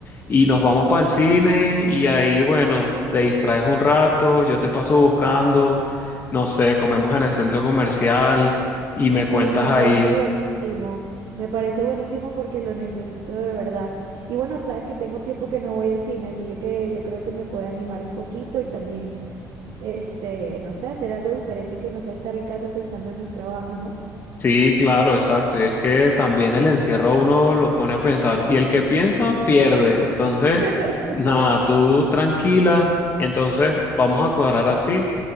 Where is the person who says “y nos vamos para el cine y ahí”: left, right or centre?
Left